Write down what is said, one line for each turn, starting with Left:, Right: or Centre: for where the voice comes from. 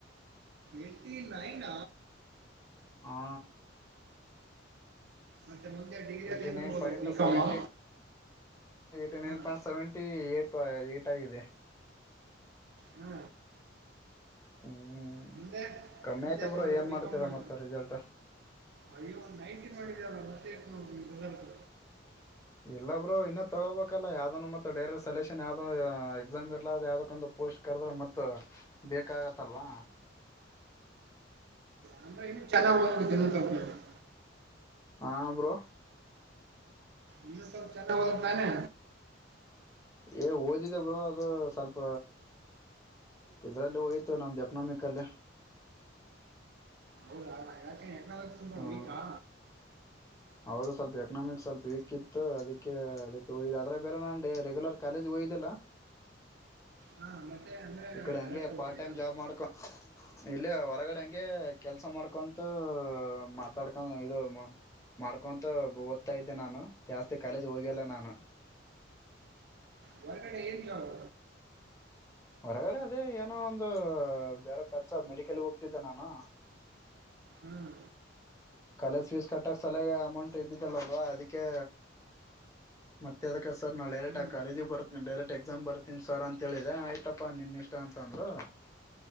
Right: ಎಟಿ ನೈನ್
Left: ಹಾ
Right: ಮತ್ತೆ ಮುಂದೆ
Left: ಏಟಿೈನ್
Right: ಅಲ್ಲಿ ಏನ್ ತಗೊಳುದು
Left: ಪಂಟ್ ಸೆವೆಂಟಿ
Right: ಆ
Left: ಟಿೈಂಟ್
Right: ಹಾ
Left: ಸೆವೆಂಟಿ ಏಟಾಗಿದೆ
Right: ಹಾ
Left: ಹ್ಮ್
Right: ಮುಂದೆ
Left: ಕಮ್ಮಿ
Right: ಮುಂದೆ
Left: ಆಯ್ತು
Right: ಏನ್
Left: ಬ್ರೋ
Right: ಮಾಡುದು ಬಿ
Left: ಮಾಡ್ತೀರಾ
Right: ಕಾಮ್ ಮಾಡ
Left: ಮತ್ತ ರಿಸಲ್ಟ್
Right: ಅಲ್ಲಿ ಒಂದ್ ನೈಟ್ ಇದ್ರೆ ತ್ತ <unintelligible> ನಿನ್ನ ರಿಸಲ್ಟ್.
Left: ಇಲ್ಲಾ ಬ್ರೋ ಇನ್ನ ತಗೋಬೇಕಲ್ಲ ಯಾವ್ದ ಮತ್ತ ಡೈರೆಟ್ ಸೆಲೆಕ್ಷನ್ ಯಾವ್ದೋ ಎಕ್ಸಾಮ್ ಇರ್ಲ ಯಾವ್ದಕ್ಕೊಂದು ಪೋಸ್ಟ್ ಕರೆದ್ರೆ ಮತ್ತ ಬೇಕಾಗತ್ತಲ್ವಾ.
Right: ಅಂದ್ರೆ ಇನ್ನು ಚೆನ್ನಾಗ <unintelligible>
Left: ಹಾ ಬ್ರೋ.
Right: ಇನ್ನೊಂದ ಸ್ವಲ್ಪ ಚನ್ನಾಗಿ ಓದಬೇಕ ತಾನೇ.
Left: ಏ ಓದಿದೆ ಬ್ರೋ ಅದು ಸ್ವಲ್ಪ ಇದ್ರಲ್ಲಿ ಹೋಯ್ತು ನಮ್ದು ಎಕನಾಮಿಕಲ್ಲಿ.
Right: ಹೌದಾ ಯಾಕೆ <unintelligible> ಎಕನಾಮಿಕಲ್ಲಿ ಸ್ವಲ್ಪ
Left: ಹ್ಮ್
Right: ವೀಕಾ.
Left: ಹೌದು ಸ್ವಲ್ಪ ಎಕನಾಮಿಕ್ಸ್ ಸ್ವಲ್ಪ ವೀಕಿತ್ತ ಅದಕ್ಕೆ ಅದಕ್ಕೆ ಹೋಗಿದಿ ಅದ್ರಾಗ ಬೇರೆ ನಾ ರೆಗ್ಯುಲರ್ ಕಾಲೇಜ್ ಹೋಗಿದಿಲ್ಲಾ
Right: ಹಾ ಮತ್ತೆ ಅಂದ್ರೆ
Left: ಈ ಕಡೆ ಹಂಗೆ
Right: ಡೈರೆಕ್ಟ್ ಹೋಗ್ತೀರಾ
Left: ಪಾರ್ಟ್ ಟೈಮ್ ಜಾಬ್ ಮಾಡ್ಕೊ ಇಲ್ಲೇ ಹೊರಗಡೆ ಹಂಗೆ ಕೆಲ್ಸ ಮಾಡ್ಕೊಂತ ಮಾತಡ್ಕೊಂದ ಇರೋಮ ಮಾಡ್ಕೊಂತ ಓದ್ತಾ ಇದ್ದೆ ನಾನು, ಜಾಸ್ತಿ ಕಾಲೇಜ್ ಹೋಗಿ ಲ್ಲ ನಾನು
Right: ಹೊರಗಡೆ ಏನ್ ಜಾಬ್
Left: ಹೊರಗಡೆ ಅದೇ ಏನೋ ಒಂದ ಬೇರೆ ಕೆಲ್ಸ ಮೆಡಿಕಲ್ಗೇ ಹೋಗ್ತಿದ್ದೆ ನಾನು
Right: ಹ್ಮ್
Left: ಕಾಲೇಜ್ ಫೀಸ್ ಕಟ್ಟಕ್ಕೆ ಸಲ್ವಾಗಿ ಅಮೌಂಟ್ ಇದ್ದಿದ್ದಲ್ಲಲ್ವಾ ಅದಕ್ಕೆ ಮತ್ತೆ ಅದಕ್ಕೆ ಸರ್ ನಾನು ಡೈರೆಕ್ಟ್
Right: ಹ್ಮ್
Left: ಆ ಕಾಲೇಜಿಗೆ ಬರುತ್ತೀನಿ ಡೈರೆಕ್ಟ್ ಎಕ್ಸಾಮ್ ಬರ್ತೀನಿ ಸರ್ ಅಂತೇಳಿದೆೆ ಆಯ್ತಪ್ಪ ನಿನ್ನಿಷ್ಟ ಅಂತಂದರು.